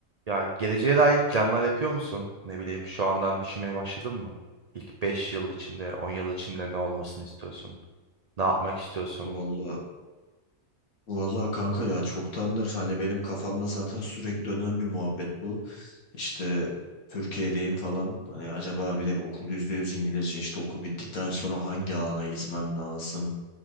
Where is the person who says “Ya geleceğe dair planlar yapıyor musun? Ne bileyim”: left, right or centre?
Right